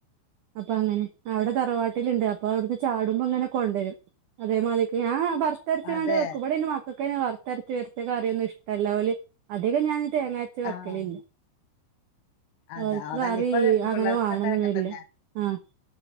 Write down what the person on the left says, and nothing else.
അതെ
ആഹ് അതാ
അതല്ല
ഇപ്പൊത്തെ
പിള്ളേർക്കങ്ങനെ
തന്നെ